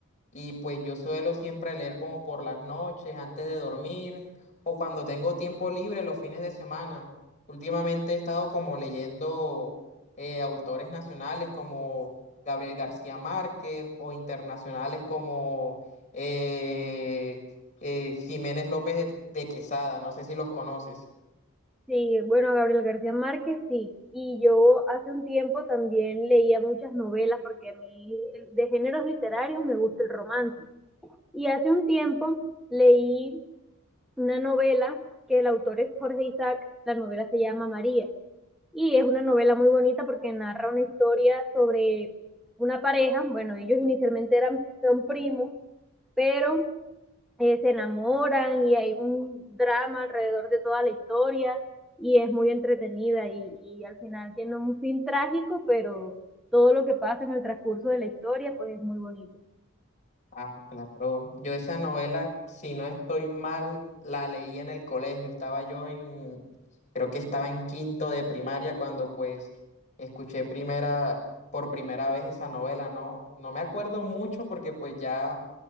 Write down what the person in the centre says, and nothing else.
Sí, bueno, Gabriel García Márquez, sí. Y yo hace un tiempo también leía muchas novelas porque a mí de géneros literarios me gusta el romance. Y hace un tiempo leí una novela que el autor es Jorge Isaac, la novela se llama María y es una novela muy bonita porque narra una historia sobre una pareja, bueno, ellos inicialmente eran son primos, pero eh, se enamoran y hay un drama alrededor de toda la historia y es muy entretenida y, y al final tiene un fin trágico, pero todo lo que pasa en el transcurso de la historia pues es muy bonito.